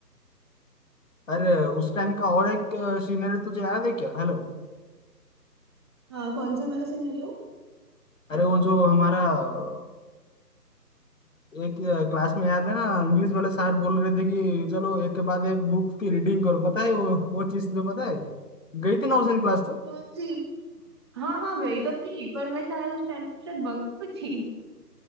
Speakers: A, on the left; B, on the right.
A: अरे उस टाइम का और एक सीनियर तुझे याद है क्या हेलो
B: हाँ कौन सा वाला सिनेरियो
A: अरे वो जो हमारा अ, एक क्लास में याद है ना इंग्लिश वाले सर बोल रहे थे कि चलो एक के बाद एक बुक की रीडिंग करो पता है वो वो चीज तुझे पता है गई थी ना उस दिन क्लास तो
B: कौन सी हाँ हाँ गई तो थी पर मैं शायद उस टाइम शायद बंक पे थी